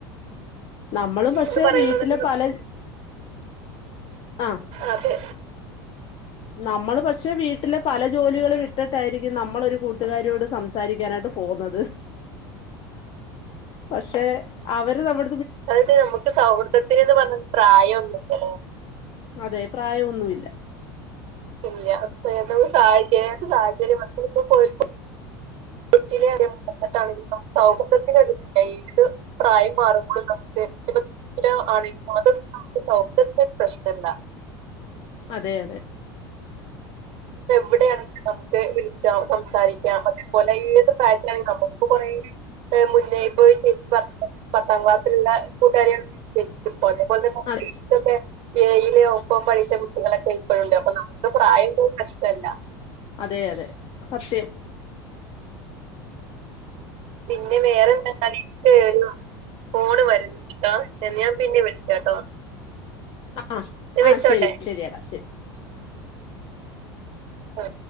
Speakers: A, on the left; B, on the right.
A: നമ്മളും പക്ഷെ
B: എന്ന് പറയുന്നത്
A: വീട്ടല് പല ആഹ്
B: അതെ
A: നമ്മള് പക്ഷെ വീട്ടിലെ പല ജോലികൾ വിട്ടിട്ടായിരിക്കും നമ്മളൊരു കൂട്ടുകാരിയോട് സംസാരിക്കാനായിട്ട് പോവുന്നത് പക്ഷെ അവര് നമ്മ
B: അതായത് നമ്മുക്ക് സൗഹൃദത്തിന് പറഞ്ഞ പ്രായംമൊന്നുല്ലലോ
A: അതെ പ്രായൊന്നുല്ല
B: <unintelligible> <unintelligible> <unintelligible> <unintelligible>
A: അതെ അതെ <inaudible>
B: വ്ടെയാണെങ്കിലും നമുക്ക് വിളിക്കാം സംസാരിക്കാം അതേപോലെ ഏത് പ്രായത്തിലാണെങ്കിലും നമുക്ക് കുറെ മുന്നേ ഇപ്പോ ചേച്ചി പറഞ്ഞ പത്താം ക്ലാസ്സിലുള്ള കൂട്ടുകാര്യേള് അതേപോലെക്കെ
A: അതെ
B: ഏയില് ഒപ്പം പഠിച്ച കുട്ടികളൊക്കെ ഇപ്പോഴുണ്ട് അപ്പൊ നമുക്ക് പ്രായം അതൊരു പ്രശ്നല്ല
A: അതെ അതെ സത്യം
B: പിന്നെ വേറെന്താ കട്ട ഫോണ് വരുന്ന കേട്ടോ എന്ന ഞാൻ പിന്നെ വിളിക്കാട്ടോ
A: ആഹ
B: ഇത്
A: ആഹ
B: വെച്ചോട്ടെ
A: ശരി ശരിയടാ ശരി
B: ആ